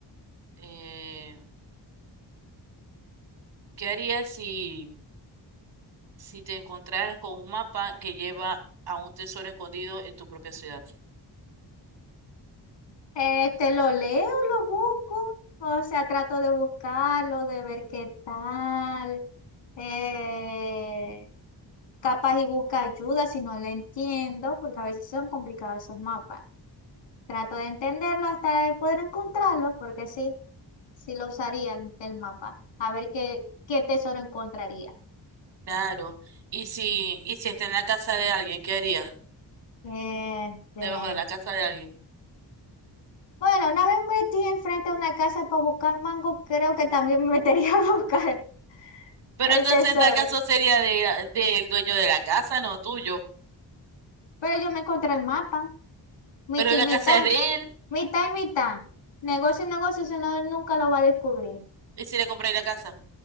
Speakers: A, on the right; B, on the left.
A: eh, ¿qué haría si... si te encontraras con un mapa que lleva a un tesoro escondido en tu propia ciudad.
B: Eh, te lo leo, lo busco, o sea, trato de buscarlo, de ver qué tal. Eh, capaz y busca ayuda si no lo entiendo, porque a veces son complicados esos mapas. Trato de entenderlo hasta de poder encontrarlo, porque sí, sí lo usaría el, el mapa. A ver qué, qué tesoro encontraría.
A: Claro. Y si, y si está en la casa de alguien, ¿qué harías?
B: Este,
A: Debajo de la casa de alguien.
B: Bueno, una vez metí enfrente de una casa para buscar mango, creo que también me metería <laughs> a buscar
A: Pero
B: el
A: entonces
B: tesoro.
A: en tal caso sería de, del dueño de la casa, no tuyo.
B: Pero yo me encontré el mapa, mitad
A: Pero
B: y
A: la
B: mitad,
A: casa es de él.
B: mitad y mitad. Negocio y negocio, si no, él nunca lo va a descubrir.
A: ¿Y si le compráis la casa?